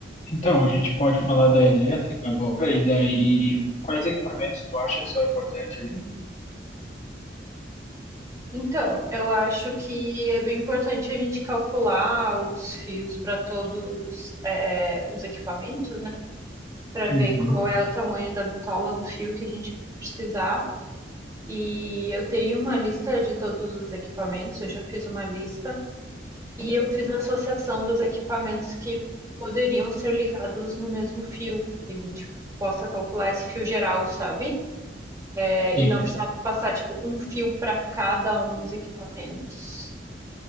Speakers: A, on the left; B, on the right.
A: Então, a gente pode falar da elétrica agora, e daí quais equipamentos tu acha que são importantes ali?
B: Então, eu acho que é bem importante a gente calcular os fios para todos é, é, os equipamentos, né? Para
A: Uhum.
B: ver qual é o tamanho da bitola do fio que a gente vai precisar. E eu tenho uma lista de todos os equipamentos, eu já fiz uma lista, e eu fiz a associação dos equipamentos que poderiam ser ligados no mesmo fio, para que a gente possa calcular esse fio geral, sabe? É,
A: Sim,
B: e não precisar passar, tipo, um fio para cada um dos equipamentos.